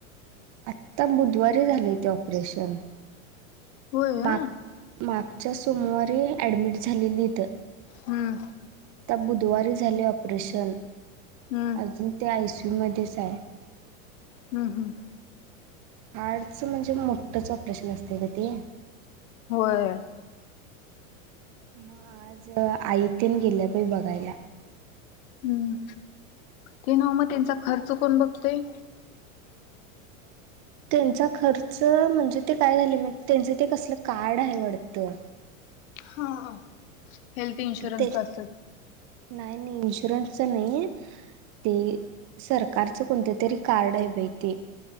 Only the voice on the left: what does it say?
होय
हम्म
हम्म
हम्म.. हम्म..
होय.
हम्म... ते न्हवं मग त्यांचा खर्च कोण बघतेय.
हा.. हा.. हेल्थ इन्शुरन्स
असेल.